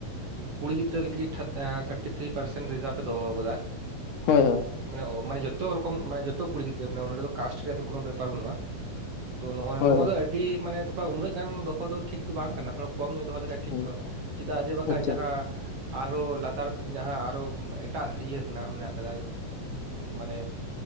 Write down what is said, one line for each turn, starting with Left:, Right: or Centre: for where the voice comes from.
Right: ᱠᱩᱲᱤ ᱜᱤᱫᱽᱨᱟᱹ ᱞᱟᱹᱜᱤᱫ ᱛᱷᱟᱨᱴᱤ ᱛᱷᱨᱤ ᱯᱟᱨᱥᱮᱱ ᱨᱤᱡᱟᱨᱵᱷ ᱮ ᱫᱚᱦᱚ ᱟᱠᱟᱫᱟ
Left: ᱦᱳᱭ ᱦᱳᱭ
Right: ᱢᱟᱱᱮ ᱢᱟᱱᱮ ᱡᱚᱛᱚ ᱨᱚᱠᱚᱢ ᱢᱟᱱᱮ ᱡᱚᱛᱚ ᱠᱩᱲᱤ ᱜᱤᱫᱽᱨᱟᱹ ᱢᱮᱱᱟᱜᱼᱟ ᱱᱚᱰᱮ ᱫᱚ ᱠᱟᱥᱴ ᱨᱮᱭᱟᱜ ᱫᱚ ᱠᱳ ᱵᱮᱯᱟᱨ ᱵᱟᱹᱱᱩᱜᱼᱟ ᱛᱚ ᱱᱚᱜ
Left: ᱦᱳᱭ
Right: ᱱᱚᱣᱟ
Left: ᱦᱳᱭ
Right: ᱫᱚ ᱟᱹᱰᱤ ᱢᱟᱱᱮ ᱛᱷ ᱩᱱᱟᱹᱜ ᱜᱟᱱ ᱫᱚᱦᱚ ᱫᱚ ᱴᱷᱤᱠ ᱫᱚ ᱵᱟᱝ ᱠᱟᱱᱟ ᱛᱷᱚᱲᱟ ᱠᱚᱢ ᱧᱚᱜ ᱫᱚᱦᱚ ᱞᱮᱠᱷᱟᱡ ᱴᱷᱤᱠ
Left: ᱦᱩᱸ
Right: ᱠᱚᱜᱼᱟ ᱪᱮᱫᱟᱜ ᱡᱮ ᱵᱟᱠᱟᱱᱡ
Left: ᱟᱪᱪᱷᱟ
Right: ᱡᱟᱦᱟᱸ ᱟᱨᱚ ᱞᱟᱛᱟᱨ ᱥᱮᱮᱫ ᱡᱟᱦᱟᱸ ᱟᱨᱚ ᱮᱴᱟᱜ ᱤᱭᱟᱹ ᱨᱮᱱᱟᱜ ᱢᱮᱱᱟᱜ ᱟᱠᱟᱫᱟ ᱢᱟᱱᱮ